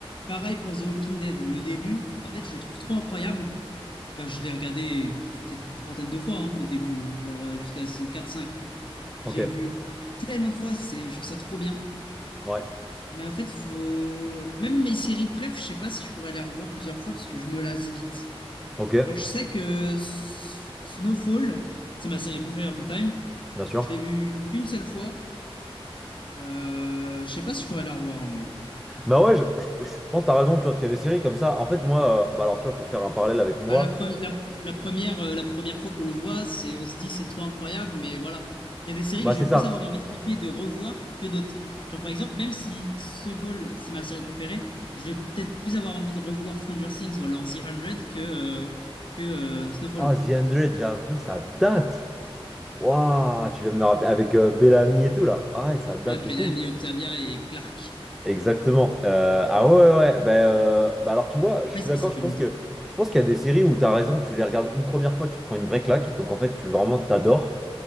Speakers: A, on the left; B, in the centre.
A: Pareil pour The Walking Dead. Le début, en fait, je le trouve trop incroyable. Bah, je l'ai regardé peut-être une trentaine de fois, hein, le début, genre euh, jusqu'à la saison quatre cinq
B: ok,
A: J'ai vu tellement de fois, c'est, je trouve ça trop bien.
B: ouais,
A: Mais en fait, faut... Même mes séries préf, je sais pas si je pourrais les revoir plusieurs fois parce que je me lasse vite.
B: ok,
A: Genre, je sais que S- Snowfall, c'est ma série préférée of all time.
B: bien sûr.
A: Je l'ai vue une seule fois. Euh, je sais pas si je pourrais la revoir en vrai.
B: Bah ouais, je, je, je pense que t'as raison, tu vois, parce qu'il y a des séries comme ça. En fait, moi, euh, bah alors tu vois, pour faire un parallèle avec moi,
A: Bah, la, pre- la, pr- la première, euh, la première fois qu'on le voit, c'est on se dit c'est trop incroyable, mais voilà. Il y a des séries
B: bah
A: que je
B: c'est
A: vais
B: ça.
A: plus avoir envie de kiffer, de revoir que d'autres. Genre par exemple, même si Snowfall, c'est ma série préférée, je vais peut-être plus avoir envie de revoir Stranger Things ou alors The 100 que, euh, que euh, Snowfall.
B: Ah, The 100, j'avoue, ça date. Waouh, tu viens de me rappeler avec euh, Bellamy et tout là. Ah ouais, ça date
A: Ouais, Bellamy,
B: de fou.
A: Octavia et Clark.
B: Exactement. Euh, ah ouais, ouais, ouais. Bah, euh, bah alors tu vois,
A: Après,
B: je suis
A: c'est
B: d'accord,
A: parce que ça
B: je
A: fait
B: pense
A: longtemps.
B: que je pense qu'il y a des séries où t'as raison, tu les regardes une première fois, tu te prends une vraie claque, donc en fait, tu vraiment t'adores.